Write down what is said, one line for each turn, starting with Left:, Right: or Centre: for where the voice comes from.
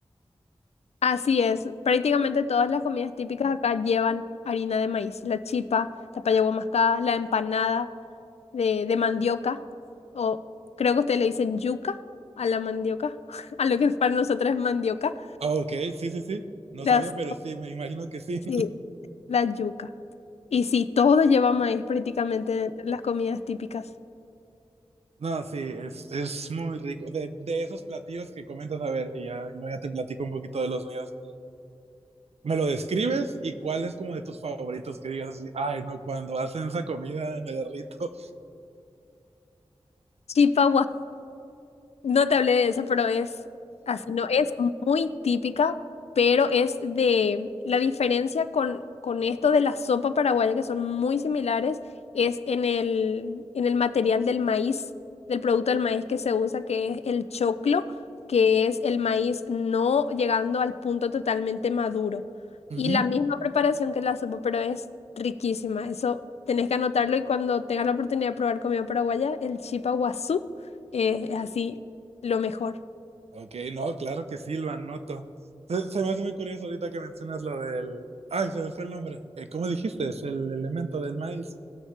Left: Así es. Prácticamente todas las comidas típicas acá llevan harina de maíz, la chipa, la paya mascada, la empanada de, de mandioca, o creo que ustedes le dicen yuca a la mandioca, <laughs> a lo que para nosotros es mandioca.
Right: Ah, ok, sí, sí, sí, no
Left: Las,
Right: sabía, pero sí, me imagino que sí.
Left: sí, La yuca. Y sí, todo lleva maíz prácticamente entre las comidas típicas.
Right: No, sí, es, es muy rico. De, de esos platillos que comentas, a ver, y ya, no, ya te platico un poquito de los míos. ¿Me lo describes? ¿Y cuál es como de tus favoritos que digas así, ay, no, cuando hacen esa comida me derrito?
Left: Chipa No te hablé de eso, pero es así, no, es muy típica, pero es de la diferencia con, con esto de la sopa paraguaya, que son muy similares, es en el, en el material del maíz, del producto del maíz que se usa, que es el choclo, que es el maíz no llegando al punto totalmente maduro.
Right: Ujú.
Left: Y la misma preparación que la sopa, pero es riquísima. Eso tenés que anotarlo y cuando tengas la oportunidad de probar comida paraguaya, el chipa guazú, eh, es así. Lo mejor,
Right: Ok, no, claro que sí, lo anoto. Se, se me hace muy curioso ahorita que mencionas lo del... Ay, se me fue el nombre. Eh, ¿Cómo dijiste? Es el elemento del maíz.